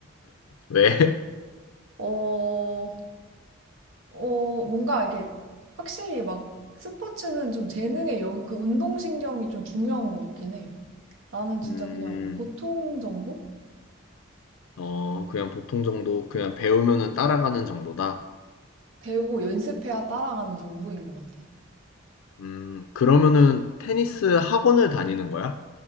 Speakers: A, on the left (about 85°); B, on the right (about 70°).
A: 왜? <laughs>
B: 어, 어, 뭔가 이게 확실히 막 스포츠는 좀 재능의 영, 그 운동신경이 좀 중요한 것 같긴 해. 나는 진짜
A: 음,
B: 그냥 보통 정도?
A: 어, 그냥 보통 정도, 그냥 배우면은 따라가는 정도다.
B: 배우고 연습해야 따라가는 정도인 것 같아.
A: 음, 그러면은 테니스 학원을 다니는 거야?